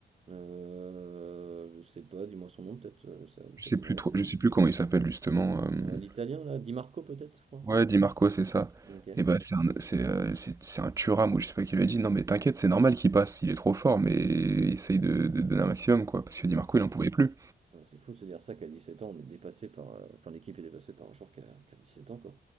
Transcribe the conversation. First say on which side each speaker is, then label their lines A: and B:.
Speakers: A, on the right; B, on the right.
A: Heu, je sais pas, dis-moi son nom peut-être, heu, ça va peut-être
B: Je sais
A: me
B: plus
A: revenir.
B: trop je sais plus comment il s'appelle justement, hem
A: Heu, l'italien là, Di Marco peut-être, je crois?
B: Ouais, Di Marco, c'est ça.
A: OK.
B: Et bah, c'est un, c'est, euh, c'est, c'est un Thuram ou je sais pas qui avait dit, non mais t'inquiète, c'est normal qu'il passe, il est trop fort, mais essaye de, de donner un maximum, quoi. Parce que Di
A: Ouais,
B: Marco, il en pouvait plus.
A: Ouais, C'est fou de se dire ça qu'à 17 ans, on est dépassé par. euh, Enfin, l'équipe est dépassée par un joueur qui a, qui a 17 ans, quoi.